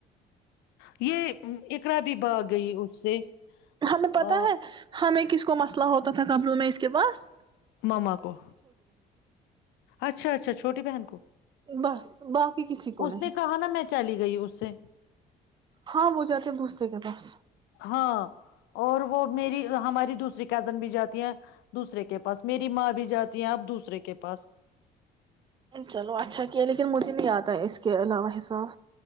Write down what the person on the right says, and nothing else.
ہمیں پتا
ہے ہمیں کیا ک کو مئلہ ہوتا تھا کمپرومائز کیمس
بس باقی کسی کو
نہیں
ہاں وہ جاتے ہیں دوسرے کے پاس
چلو اچھا کیا لیکن مجھے نہیں آدتا ہے اس کی کے علاوہ حساب